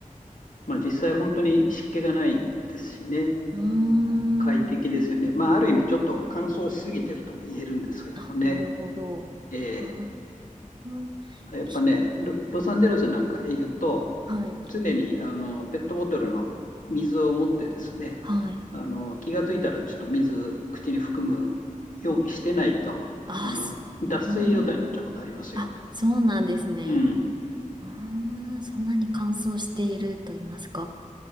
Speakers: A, on the left; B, on the right.
A: まあ実際本当に湿気がないですしね。
B: ーん。
A: あの、快適ですよね。まあある意味ちょっと乾燥しすぎてるとも言えるんですけどもね。
B: あ、なるほど。
A: ええ
B: うーん。
A: やっぱね、
B: ひ、
A: ロ、ロサンゼルスなんかいると、
B: はい、
A: 常にあのペットボトルの水を持ってですね、
B: はい。
A: あの気がついたらちょっと水口に含むようにしてないと、
B: ああ、
A: あの脱水状態になっちゃうことありますよ。
B: す、うーん。あ、そうなんですね。
A: うん、
B: うーん、そんなに乾燥していると言いますか。